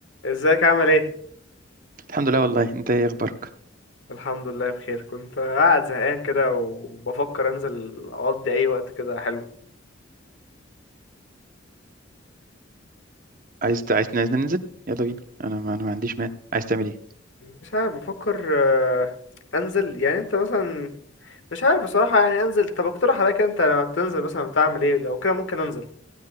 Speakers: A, on the left; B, on the right.
A: ازيك عامل ايه
B: الحمد لله والله انت ايه اخبارك
A: الحمد لله بخير كنت قاعد زهقان كده وبفكر انزل اقضي اي وقت كده حلو
B: عايز عايز عايزنا ننزل يلا بينا انا ما... انا ما عنديش مانع عايز تعمل ايه
A: مش عارف بفكر آه، انزل يعني انت مثلا مش عارف بصراحة يعني انزل طب اقترح عليك انت لما بتنزل مثلا بتعمل ايه لو كده ممكن انزل